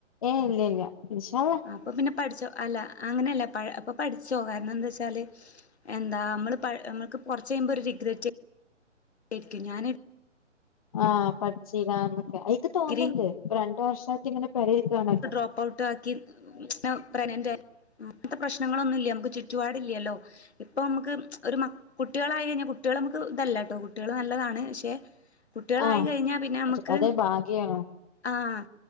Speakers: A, on the left (about 30°); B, on the left (about 60°).
A: ഏഹ് ഇല്യ ഇല്യ ഇൻഷാ അള്ളാ
B: അപ്പ പിന്നെ പഠിച്ചോ അല്ല അങ്ങനെയല്ല പഴ് അപ്പ പഠിച്ചോ കാരണം എന്താ വെച്ചാല് എന്താ നമ്മള് പ നമ്മക്ക് കുറച്ച് കഴിയുമ്പോ ഒരു റിഗ്രെറ്റേര്ക്കും ഞാന്
A: ആഹ് പഠിച്ചിലാന്നൊക്കെ അത് ഇക്ക്
B: ഡിഗ്രി
A: തോന്ന്ണ്ട് ഇപ്പ രണ്ട് വർഷായിട്ട് ഇങ്ങനെ പെരേ ഇരിക്കാണല്ലോ
B: ഓപ്പ് ഔട്ടാക്കി. ഞാൻ പ്രഗനന്റാ അങ്ങനത്തെ പ്രശ്നങ്ങളൊന്നുല്ല. നമുക്ക് ചുറ്റുപാടില്ല്യല്ലോ. ഇപ്പാ നമുക്ക് ഒരു മ കുട്ടികളായി കഴിഞ്ഞാ കുട്ടികൾ നമുക്ക് ഇതല്ലട്ടോ കുട്ടികൾ നല്ലതാണ് പക്ഷെ കുട്ടികളായി
A: ആഹ്
B: കഴിഞ്ഞാ പിന്നെ നമ്മക്ക്
A: അതേ ഭാഗ്യാണ്
B: ആഹ്.